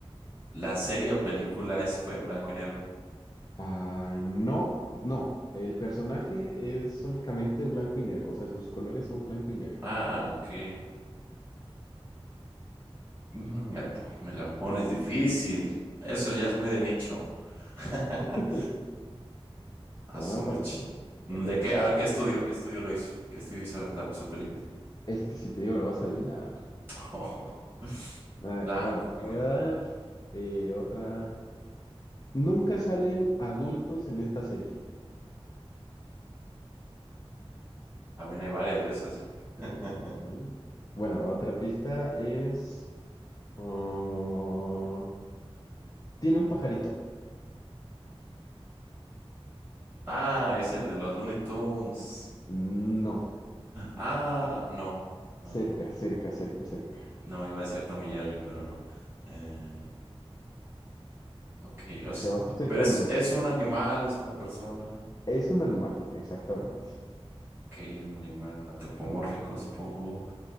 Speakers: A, on the right (about 20°); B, on the left (about 40°).
A: la serie o película es, fue en blanco y negro.
B: Ah, no, no. El personaje es únicamente blanco y negro, o sea, sus colores son blanco y negro.
A: Ah, ok. Mm, gato, me la pones difícil. Eso ya es muy de nicho. <laughs>
B: <laughs>
A: A
B: Ah,
A: su mecha.
B: para que,
A: Mm,
B: para que
A: ¿De
B: esté
A: qué?
B: perro.
A: A ver, ¿qué estudio? ¿Qué estudio lo hizo? ¿Qué estudio hizo la- su película?
B: Es que si te digo lo vas a adivinar.
A: <laughs>
B: A ver,
A: Blanco
B: vale, te
A: y negro.
B: voy a dar eh, otra. Nunca salen adultos en esta serie.
A: También hay varias de esas, ¿eh? <laughs>
B: Ok. Bueno, otra pista es... um, um, um, um, um, um, Tiene un pajarito.
A: Ah, es el de los Looney Tunes.
B: No,
A: Ah, no. No,
B: cerca,
A: no, no.
B: cerca, cerca, cerca.
A: No, iba a decir Tommy Jerry, pero no. Eh, ok, o s-
B: Te vas acercando,
A: pero es, es
B: te vas
A: un
B: acercando.
A: animal, es una persona.
B: Es un animal, exactamente.
A: Ok, un animal antropomórfico, supongo.